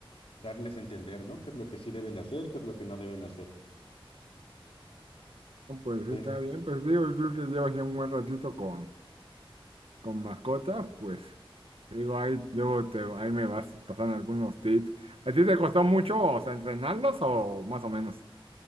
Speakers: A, on the left; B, on the right.
A: darles a entender, ¿no? ¿Qué es lo que sí deben hacer, qué es lo que no deben hacer?
B: No, Pues sí,
A: Eh,
B: está bien, pues digo, yo creo que llevas ya un buen ratito con. con mascotas, pues te digo, ahí luego te, ahí me vas pasando algunos tips. ¿A ti te costó mucho, o sea, entrenarlos o más o menos?